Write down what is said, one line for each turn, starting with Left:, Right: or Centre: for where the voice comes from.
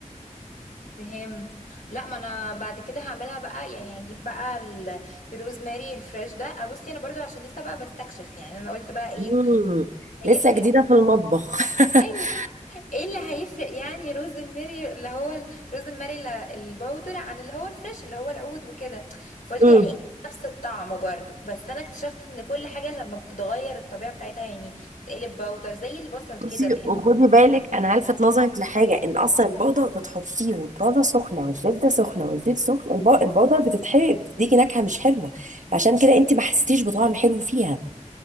Left: فهمت لا ما انا بعد كده هعملها بقى يعني هجيب بقى ال- الروزماري الفريش ده أنا بصي انا برضو عشان لسه بقى بستكشف يعني انا قلت بقى ايه
Right: مم.
Left: هيفرق
Right: لسه جديده في المطبخ
Left: أيوة.
Right: <laughs>
Left: ايه اللي هيفرق يعني روز الميري اللي هو ال- روز الميري ال- الباودر عن اللي هو الفريش اللي هو العود وكده فقلت
Right: مم.
Left: يعني إيه نفس الطعم برضو بس انا اكتشفت ان كل حاجة لما بتتغير الطبيعة بتاعتها يعني تقلب باودر زي البصل كده
Right: بصي
Left: تحس
Right: وخدي بالك انا هلفت نظرك لحاجه ان اصلا البودر بتحطيه والبودر سخنه والزبده سخنه والزيت سخن الب- البودر بتتحرق بتديكي نكهه مش حلوه فعشان كده انت ما حسيتيش بطعم حلو فيها